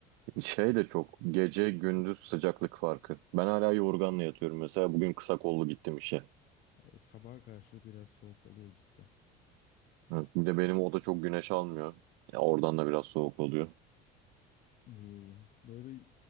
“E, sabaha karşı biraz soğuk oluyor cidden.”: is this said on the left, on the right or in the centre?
Left